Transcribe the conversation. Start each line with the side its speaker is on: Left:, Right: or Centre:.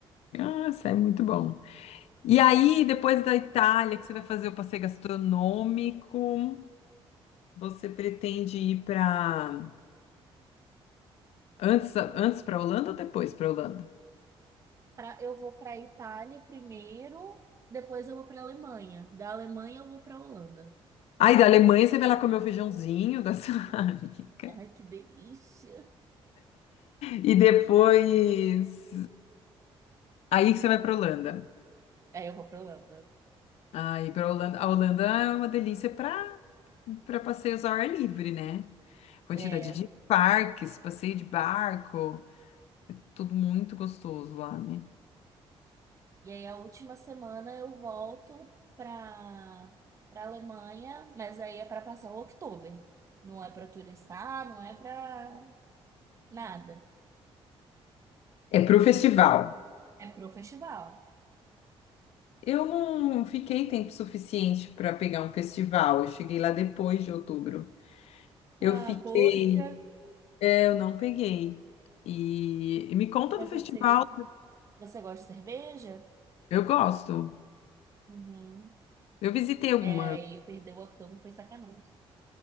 Left: Nossa, é muito bom. E aí, depois da Itália, que você vai fazer o passeio gastronômico, você pretende ir para antes, antes para Holanda ou depois para Holanda?
Right: Pra, eu vou para Itália primeiro, depois eu vou para Alemanha. Da Alemanha eu vou para Holanda.
Left: Aí da Alemanha você vai lá comer o feijãozinho da sua <laughs> amiga.
Right: Ai, que delícia.
Left: E depois aí que você vai para Holanda.
Right: É, eu vou para Holanda.
Left: Aí para Holanda, a Holanda é uma delícia para para passeios ao ar livre, né? Quantidade
Right: É.
Left: de parques, passeio de barco, é tudo muito gostoso lá, né?
Right: E aí a última semana eu volto para para Alemanha, mas aí é para passar o outubro. Não é para turistar, não é para nada.
Left: É para o festival.
Right: É pro festival.
Left: Eu não fiquei tempo suficiente para pegar um festival. Eu cheguei lá depois de outubro. Eu
Right: Ah,
Left: fiquei,
Right: poxa,
Left: é, eu não peguei. E, e me conta
Right: mas
Left: do festival.
Right: você, você gosta de cerveja?
Left: Eu gosto.
Right: Uhum.
Left: Eu visitei algumas.
Right: É, aí perdeu o Oktober foi sacanagem.